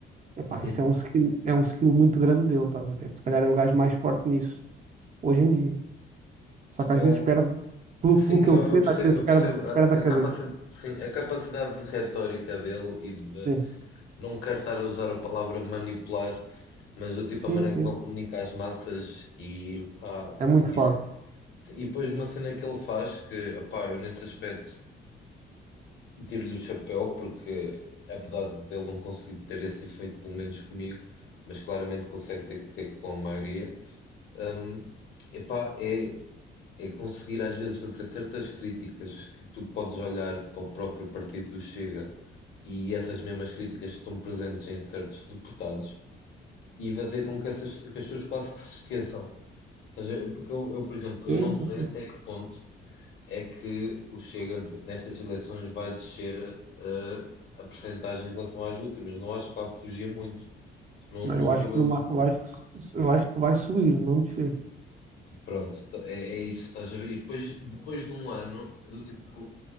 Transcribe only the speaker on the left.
uhum.
Ah,
sim,
eu,
eu percebo,
eu
percebo a,
a
capacidade, sim, a capacidade de retórica dele e de
não quero estar a usar a palavra manipular, mas do tipo
a maneira
como ele comunica às massas e pá,
isso,
e depois uma cena que ele faz que, pá, eu nesse aspecto. Tiro-lhe o chapéu porque, apesar dele não conseguir ter esse efeito, pelo menos comigo, mas claramente consegue ter, ter com a maioria, hum, epá, é, é conseguir às vezes fazer certas críticas que tu podes olhar para o próprio partido do Chega e essas mesmas críticas estão presentes em certos deputados e fazer com que, essas, que as pessoas quase que se esqueçam. Estás a ver? Porque eu, eu, por exemplo,
eu não
sei
até que ponto é que o Chega nestas eleições vai descer eh, a percentagem em relação às últimas. Não acho que vá fugir muito. Não,
não
estou
a vê-los.
Pronto, tá- é, é isso, estás a ver? E depois, depois de um ano, do tipo,